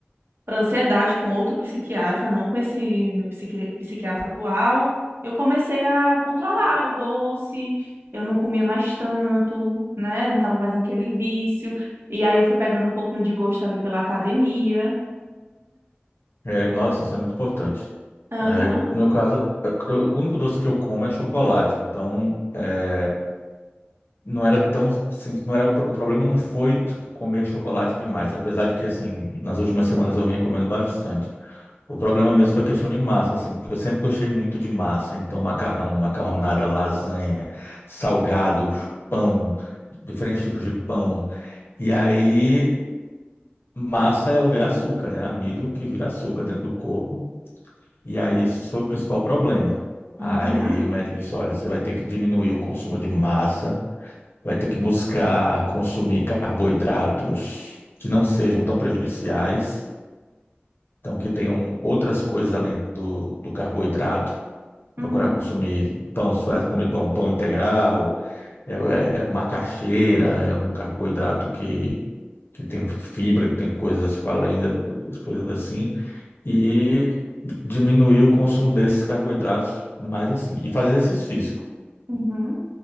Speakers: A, on the right (about 70°); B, on the left (about 65°).
A: para ansiedade com outro psiquiatra, não com esse meu psiqui- psiquiatra atual. Eu comecei a controlar o doce, eu não comia mais tanto, né? Não estava mais naquele vício. E aí eu fui pegando um pouquinho de gosto ali pela academia.
B: É, nossa,
A: É.
B: isso é muito importante.
A: Aham,
B: É, no meu caso, eu- o único doce que eu como é chocolate. Então, é, não era tão simples. não era o, pro- o problema não foi tipo comer chocolate demais, apesar de que assim, nas últimas semanas eu vinha comendo bastante. O problema mesmo foi a questão de massa, assim, porque eu sempre gostei muito de massa, então macarrão, macarronada, lasanha, salgados, pão, diferentes tipos de pão. E aí massa ela vira açúcar, né? Amido que vira açúcar dentro do corpo. E aí isso foi o principal problema. Aí
A: uhum,
B: o médico disse, olha, você vai ter que diminuir o consumo de massa vai ter que buscar consumir carboidratos que não sejam tão prejudiciais, então que tenham outras coisas além do, do carboidrato. Procurar
A: uhum,
B: consumir pão, se faz comer pão, pão integral, é, é, macaxeira, é um carboidrato que, que tem fibra, que tem coisas tipo além da, coisas assim, e diminuir o consumo desses carboidratos mais assim, e fazer exercício físico.
A: uhum,